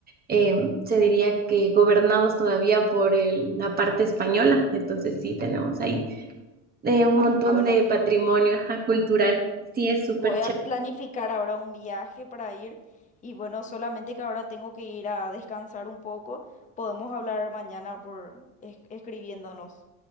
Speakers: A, on the right; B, on the left.
A: eh, se diría que gobernados todavía por el- la parte española. Entonces sí, tenemos ahí eh, un montón
B: Bueno.
A: de patrimonio ajá, cultural. Sí, es súper
B: Voy
A: chévere.
B: a planificar ahora un viaje para ir y bueno, solamente que ahora tengo que ir a descansar un poco. Podemos hablar mañana por es- escribiéndonos.